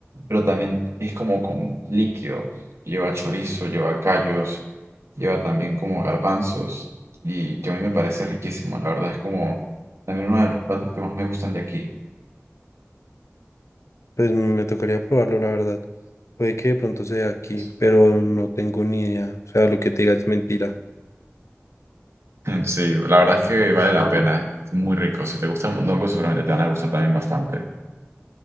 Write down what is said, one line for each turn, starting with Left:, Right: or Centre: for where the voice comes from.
Right: pero también es como con líquido. Lleva chorizo, lleva callos, lleva también como garbanzos, y que a mí me parece riquísimo. La verdad es como también uno de los platos que más me gustan de aquí.
Left: Pues me tocaría probarlo, la verdad. Puede que de pronto sea aquí,
Right: <laughs>
Left: pero no tengo ni idea. O sea, lo que te diga es mentira.
Right: Sí, la verdad es que vale la pena. Es muy rico. Si te gusta el mondongo, seguramente te van a gustar también bastante.